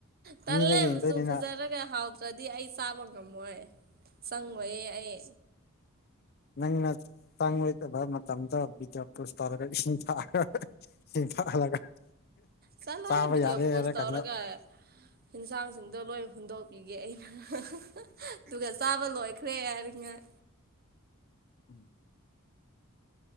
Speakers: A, on the right; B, on the left.
A: ꯇꯜꯂꯦ
B: ꯃꯤꯅ ꯌꯦꯡꯗꯣꯏꯅꯤꯅ
A: ꯃꯆꯨ ꯐꯖꯔꯒ ꯍꯥꯎꯗ꯭ꯔꯗꯤ ꯑꯩ ꯆꯥꯕ ꯉꯝꯃꯣꯏ ꯆꯪꯉꯣꯏꯌꯦ ꯑꯩ
B: ꯅꯪ ꯅ ꯇꯥꯡ ꯑꯣꯈꯣꯏꯕ ꯃꯇꯝꯗ ꯕꯤꯗꯤꯑꯣ ꯇꯨꯁ ꯇꯧꯔꯒ ꯏꯁꯤꯡ ꯊꯥꯛꯑꯒ ꯏꯁꯤꯡ ꯊꯛꯍꯜꯂꯒ
A: ꯆꯠꯂꯣꯍꯦ
B: ꯆꯥꯕ
A: ꯚꯤꯗꯤꯑꯣ
B: ꯌꯥꯔꯦ
A: ꯄꯣꯁ
B: ꯍꯥꯏꯔ
A: ꯇꯧꯔꯒ
B: ꯀꯥꯟꯗ
A: ꯌꯦꯟꯁꯥꯡꯁꯤꯡꯗꯣ ꯂꯣꯏ ꯍꯨꯟꯗꯣꯛꯄꯤꯒꯦ ꯑꯩꯅ <unintelligible> ꯑꯗꯨꯒ ꯆꯥꯕ ꯂꯣꯏꯈ꯭ꯔꯦ ꯍꯥꯏꯔꯤꯉꯩ
B: ꯎꯝ